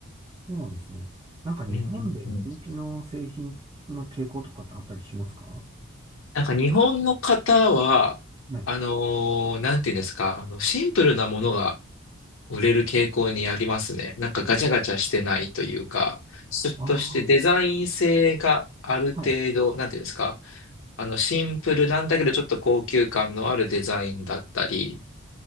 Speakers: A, on the right (about 20°); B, on the left (about 65°).
A: そうなんですね。なんか日本で人気の製品の傾向とかってあったりしますか
B: うんうんうんなんか日本の方は、
A: はい。
B: あのーなんていうんですか、あの、シンプルなものが売れる傾向にありますね。なんかガチャガチャしてないというか、ちょっとしてデザイン性がある程度、
A: ああ、はい。
B: なんていうんですか、あの、シンプルなんだけどちょっと高級感のあるデザインだったり、